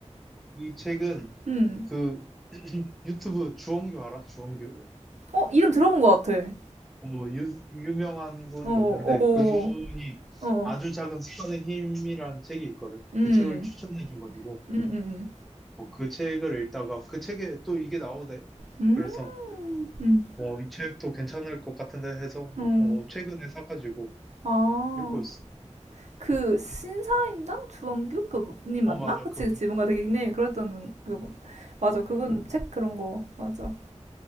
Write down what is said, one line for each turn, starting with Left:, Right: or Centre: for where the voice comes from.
Centre: 이 책은
Right: 음,
Centre: 그 <clears throat> 유튜브 주원규 알아? 주원규?
Right: 어 이름 들어본 것 같아.
Centre: 어, 유, 유명한 분
Right: 어,
Centre: 있는데
Right: 어,
Centre: 그분이
Right: 어,
Centre: 아주 작은 습관의 힘이란 책이 있거든.
Right: 음,
Centre: 그 책을 추천해줘가지고
Right: 음, 음,
Centre: 어, 그 책을 읽다가 그 책에 또 이게 나오대.
Right: 음,
Centre: 그래서
Right: 음,
Centre: 어, 이 책도 괜찮을 것 같은데 해서
Right: 음,
Centre: 어, 최근에 사가지고
Right: 어,
Centre: 읽고 있어.
Right: 아. 그 신사임당 주원규 그님
Centre: 어,
Right: 맞나?
Centre: 맞아.
Right: 그치
Centre: 그분이야.
Right: 그치 뭔가 되게 닉네임이 그랬던 그 뭐- 맞아
Centre: 어,
Right: 그분 책 그런 거 맞아.